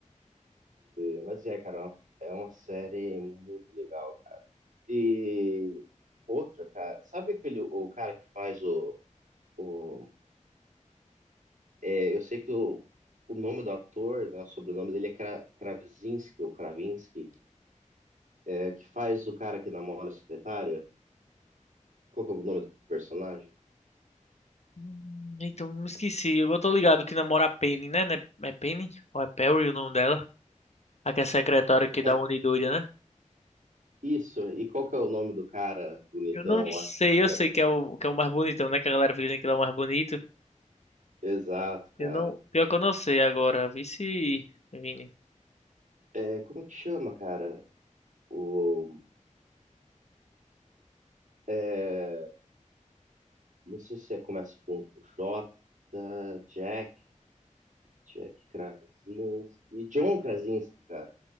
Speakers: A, on the right; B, on the left.
A: é, mas é, cara, é uma- é uma série muito legal, cara. E outra, cara, sabe aquele o cara que faz o, o é, eu sei que o, o nome do ator, né, o sobrenome dele é Kra, Krasinski ou Kravinsky, é, que faz o cara que namora a secretária? Qual que é o nome do personagem?
B: Hum, Então, me esqueci. Eu tô ligado que namora a Penny, né? Né- É Penny? Ou é Perry o nome dela? A que é secretária que
A: É,
B: dá uma de doida, né?
A: isso. E qual que é o nome do cara bonitão
B: Eu não sei,
A: lá que fica?
B: eu sei que é o, que é o mais bonitão, né? Que a galera fica dizendo que ele é o mais bonito.
A: Exato, cara.
B: Eu não. Pior que eu não sei agora. Vice, Vini.
A: É, como que chama, cara? O, é, não sei se é, começa com J, Jack, Jack Krasinski, John Krasinski, cara.